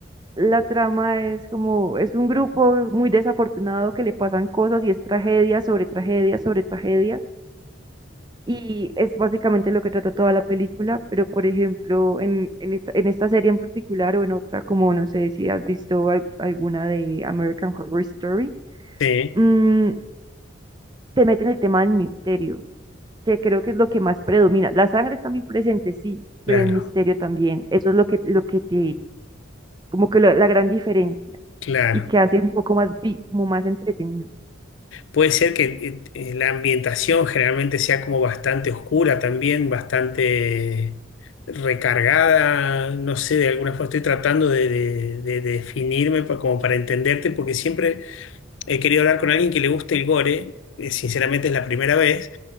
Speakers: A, on the right; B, on the left.
A: La trama es como, es un grupo muy desafortunado que le pasan cosas y es tragedia sobre tragedia sobre tragedia. Y es básicamente lo que trata toda la película, pero por ejemplo, en, en esta, en esta serie en particular o en otra, como no sé si has visto al- alguna de American Horror Story,
B: Sí,
A: mm, te meten el tema del misterio, que creo que es lo que más predomina. La sangre está muy presente, sí, pero
B: claro,
A: el misterio también. Eso es lo que, lo que te, como que la la gran diferencia.
B: claro.
A: y que hace un poco más, vi- como más entretenido.
B: Puede ser que eh, eh, la ambientación generalmente sea como bastante oscura también, bastante recargada, no sé, de alguna forma estoy tratando de, de- de definirme pa- como para entenderte, porque siempre he querido hablar con alguien que le guste el gore, eh, sinceramente es la primera vez,